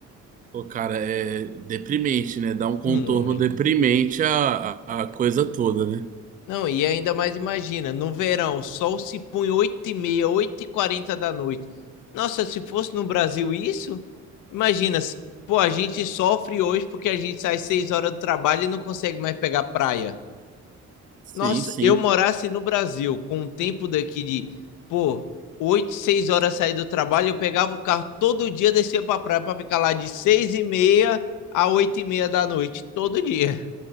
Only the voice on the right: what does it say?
Pô, cara, é deprimente, né? Dá um contorno
deprimente a, a, a coisa toda, né?
Sim,
sim.